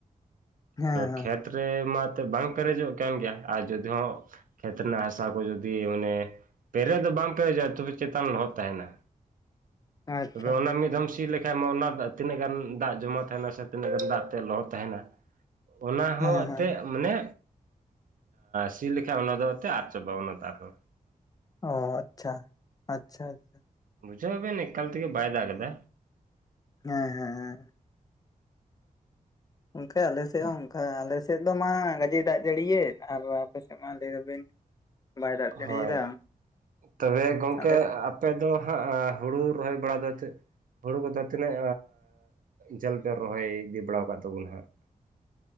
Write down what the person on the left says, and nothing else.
ᱦᱮᱸ
ᱦᱮᱸ
ᱟᱪᱪᱷᱟ
ᱦᱮᱸ
ᱦᱮᱸ
ᱚ ᱟᱪᱷᱟ ᱟᱪᱷᱟ ᱟᱪᱷᱟ᱾
ᱦᱮᱸ ᱦᱮᱸ ᱦᱮᱸ ᱚᱝᱠᱮ ᱟᱞᱮᱥᱮᱫ ᱦᱚᱸ ᱚᱱᱠᱟ ᱟᱞᱮᱥᱮᱫ ᱫᱚ ᱢᱟ ᱜᱟᱹᱡᱮ ᱫᱟᱜ ᱡᱟᱹᱲᱤᱭᱮᱫ ᱟᱨ ᱟᱯᱮᱥᱮᱫ ᱢᱟ ᱞᱟᱹᱭ ᱫᱟᱵᱤᱱ <unintelligible> ᱡᱟᱹᱲᱤᱭᱮᱫᱟ
ᱟᱞᱮ